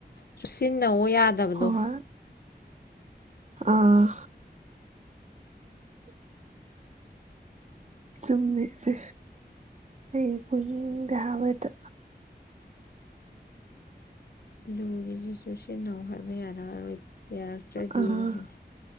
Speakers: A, on the left; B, on the right.
A: ꯆꯨꯁꯤꯟꯅꯧ꯫ ꯑꯣ ꯌꯥꯗꯕꯗꯣ꯫
B: ꯍꯣꯏ ꯍꯣꯏ ꯑꯥ꯫ ꯆꯨꯝꯃꯦ ꯑꯗꯤ ꯑꯩ ꯀꫭꯏꯅꯨꯡꯗꯦ ꯍꯥꯏꯕ ꯍꯦꯇ꯫
A: ꯂꯨꯔꯤꯁꯤ ꯆꯨꯁꯤꯟꯅꯧ ꯍꯥꯏꯕ ꯌꯥꯔꯑꯔꯣꯏ꯫ ꯌꯥꯔꯛꯇ꯭ꯔꯗꯤ꯫
B: ꯑꯥ